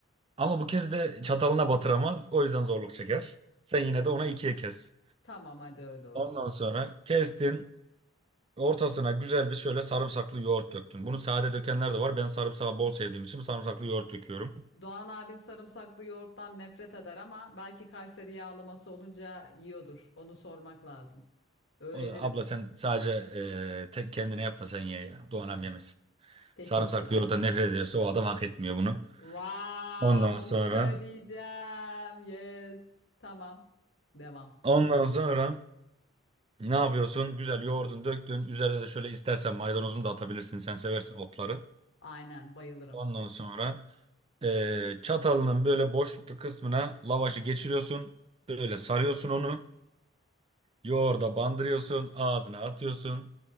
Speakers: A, on the right (about 25°); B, on the left (about 60°).
A: Ama bu kez de çatalına batıramaz. O yüzden zorluk çeker. Sen yine de ona ikiye kes.
B: Tamam hadi öyle olsun.
A: Ondan sonra kestin. Ortasına güzel bir şöyle sarımsaklı yoğurt döktün. Bunu sade dökenler de var. Ben sarımsağı bol sevdiğim için sarımsaklı yoğurt döküyorum.
B: Doğan abin sarımsaklı yoğurttan nefret eder ama belki Kayseri yağlaması olunca yiyordur. Onu sormak lazım. Öğrenirim.
A: O da, abla sen sadece e, tek kendine yap da sen ye ya. Doğanem yemesin.
B: Teşekkürler.
A: Sarımsaklı yoğurttan nefret ediyorsa o adam hak etmiyor bunu.
B: Vaa,
A: Ondan
B: bunu
A: sonra
B: söyleyeceğim. Yes. Tamam. Devam.
A: ondan sonra ne yapıyorsun? Güzel yoğurdun döktün. Üzerine de şöyle istersen maydanozunu da atabilirsin. Sen seversin otları.
B: Aynen bayılırım.
A: Ondan sonra eee, çatalının böyle boşluklu kısmına lavaşı geçiriyorsun. Böyle sarıyorsun onu. Yoğurda bandırıyorsun. Ağzına atıyorsun.